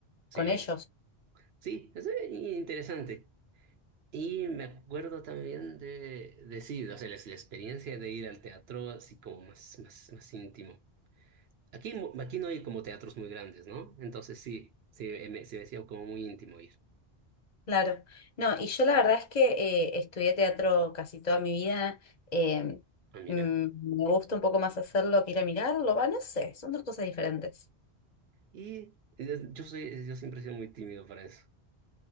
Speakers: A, on the right; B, on the left.
A: Sí,
B: con ellos.
A: sí, es eh, interesante. Y me acuerdo también de, de sí, o sea, la, la experiencia de ir al teatro así como más, más, más íntimo. Aquí, mo- aquí no hay como teatros muy grandes, ¿no? Entonces sí, sí, eh, me- se me hacía como muy íntimo ir.
B: Claro. No, y yo la verdad es que eh, estudié teatro casi toda mi vida. eh,
A: Ah, mira.
B: mm, me gusta un poco más hacerlo que ir a mirarlo. Va, no sé, son dos cosas diferentes.
A: Y eh, yo soy, yo siempre he sido muy tímido para eso,